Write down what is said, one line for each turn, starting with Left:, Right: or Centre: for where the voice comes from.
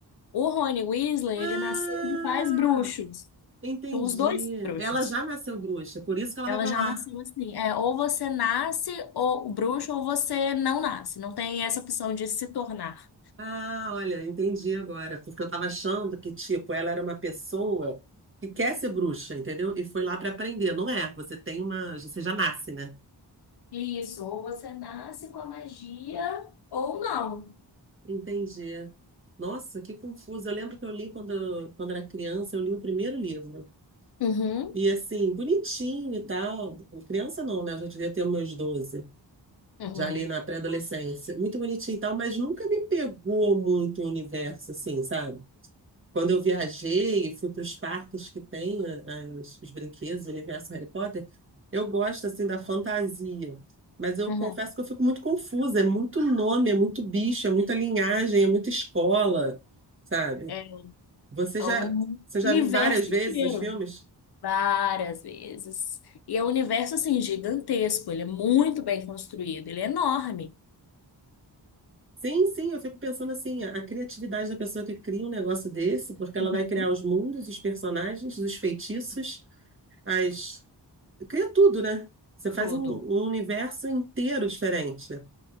Left: O Rony Weasley,
Right: Ah!
Left: ele nasceu de pais bruxos.
Right: Entendi.
Left: Então, os dois são bruxos.
Right: Ela já nasceu bruxa, por isso que ela
Left: Ela
Right: vai pra
Left: já
Right: lá.
Left: nasceu assim. É, ou você nasce ou o bruxo ou você não nasce. Não tem essa opção de se tornar.
Right: Ah, olha, entendi agora, porque eu tava achando que, tipo, ela era uma pessoa que quer ser bruxa, entendeu? E foi lá pra aprender. Não é, você tem uma, você já nasce, né?
Left: Isso, ou você nasce com a magia ou não.
Right: Entendi. Nossa, que confuso. Eu lembro que eu li quando, quando era criança, eu li o primeiro livro.
Left: Uhum,
Right: E assim, bonitinho e tal. Criança não, né? Eu já devia ter meus 12,
Left: uhum,
Right: já ali na pré-adolescência. Muito bonitinho e tal, mas nunca me pegou muito o universo, assim, sabe? Quando eu viajei e fui para os parques que tem a- as- os brinquedos, o universo Harry Potter, eu gosto assim da fantasia. Mas eu
Left: uhum.
Right: confesso que eu fico muito confusa. É muito nome, é muito bicho, é muita linhagem, é muita escola, sabe?
Left: É
Right: Você
Left: é
Right: já,
Left: um
Right: você já
Left: universo
Right: viu várias vezes
Left: inteiro.
Right: os filmes?
Left: Várias vezes. E é um universo assim gigantesco, ele é muito bem construído, ele é enorme.
Right: Sim, sim, eu fico pensando assim, a a criatividade da pessoa que cria um negócio desse, porque ela
Left: Uhum.
Right: vai criar os mundos, os personagens, os feitiços, as Cria tudo, né? Você faz
Left: Tudo.
Right: um, um universo inteiro diferente.